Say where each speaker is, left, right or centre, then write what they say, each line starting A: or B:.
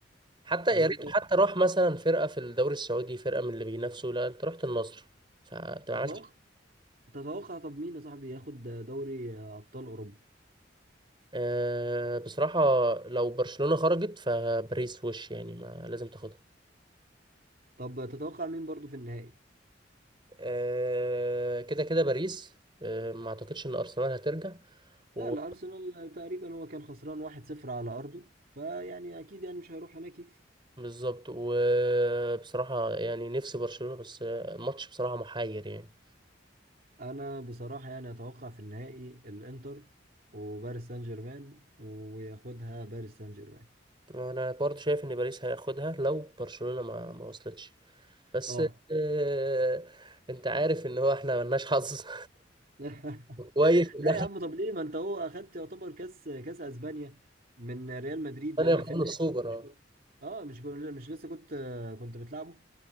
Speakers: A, on the right; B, on the right.
A: حتى
B: طب
A: يا
B: وانت
A: ريت حتى راح مثلا فرقه في الدوري السعودي فرقه من اللي بينافسوا لا انت رحت النصر فانت ما
B: تتوقع
A: عملتش
B: تتوقع طب مين يا صاحبي ياخد دوري ابطال اوروبا
A: آه، بصراحه لو برشلونه خرجت فباريس وش يعني ما لازم تاخدها
B: طب تتوقع مين برضو في النهائي
A: آه، كده كده باريس آه، ما اعتقدش ان ارسنال هترجع و...
B: لا لا ارسنال تقريبا هو كان خسران 1-0 على ارضه فيعني اكيد يعني مش هيروح هناك يكسب
A: بالظبط وبصراحة يعني نفسي برشلونة بس الماتش بصراحة محير يعني
B: انا بصراحة يعني اتوقع في النهائي الانتر وباريس سان جيرمان وياخدها باريس سان جيرمان
A: أنا برضو شايف إن باريس هياخدها لو برشلونة ما, ما وصلتش بس
B: اه
A: آه، أنت عارف إن هو إحنا ملناش حظ
B: <laughs>
A: <laughs> كويس إن
B: لا
A: إحنا
B: يا عم طب ليه ما انت هو اخدت يعتبر كاس كاس اسبانيا من ريال مدريد
A: ثانية
B: لا
A: خدنا
B: في النهائي
A: السوبر
B: مش
A: أه
B: كنت اه مش كنت مش لسه كنت كنت بتلعبه